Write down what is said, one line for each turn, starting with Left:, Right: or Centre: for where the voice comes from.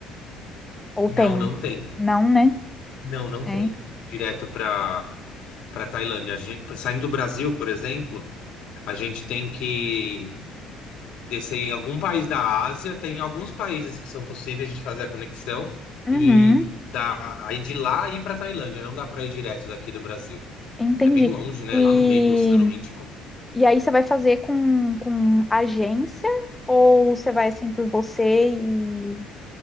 Centre: Ou
Left: Não,
Centre: tem?
Left: não tem.
Centre: Não, né?
Left: Não, não
Centre: É.
Left: tem direto para para Tailândia. A gente, saindo do Brasil, por exemplo, a gente tem que descer em algum país da Ásia. Tem alguns países que são possíveis de fazer a conexão
Centre: Uhum,
Left: e dá, aí de lá ir para Tailândia. Não dá para ir direto daqui do Brasil.
Centre: entendi.
Left: É bem longe, né?
Centre: E,
Left: Lá no meio do Oceano Índico.
Centre: e aí você vai fazer com, com agência ou você vai assim por você e,